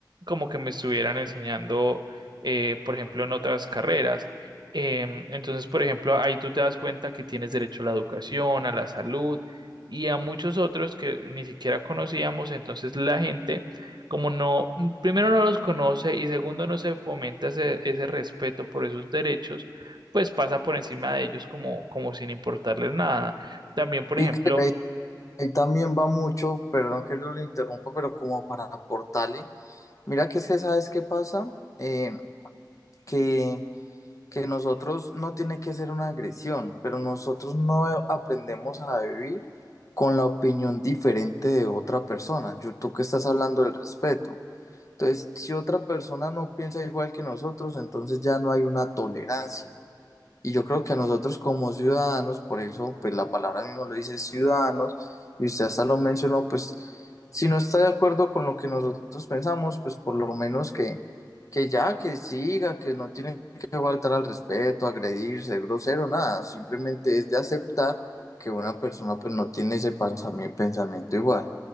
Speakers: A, on the right (about 65°); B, on the left (about 45°).
A: como que me estuvieran enseñando, eh, por ejemplo, en otras carreras. Em, entonces, por ejemplo, ahí tú te das cuenta que tienes derecho a la educación, a la salud y a muchos otros que ni siquiera conocíamos. Entonces, la gente, como no, primero no los conoce y segundo no se fomenta ese, ese respeto por esos derechos, pues pasa por encima de ellos como, como sin importarles nada. También, por
B: Y
A: ejemplo,
B: que ahí, ahí también va mucho, perdón que yo le interrumpa, pero como para aportarle. Mira que es que, ¿sabes qué pasa? Eh, que que nosotros no tiene que ser una agresión, pero nosotros no aprendemos a vivir con la opinión diferente de otra persona. Yo, tú que estás hablando del respeto. Entonces, si otra persona no piensa igual que nosotros, entonces ya no hay una tolerancia. Y yo creo que a nosotros como ciudadanos, por eso pues la palabra mismo lo dice ciudadanos, y usted hasta lo mencionó, pues si no está de acuerdo con lo que nosotros pensamos, pues por lo menos que, que ya, que siga, que no tiene que faltar al respeto, agredir, ser grosero, nada, simplemente es de aceptar que una persona pues no tiene ese pensami- pensamiento igual.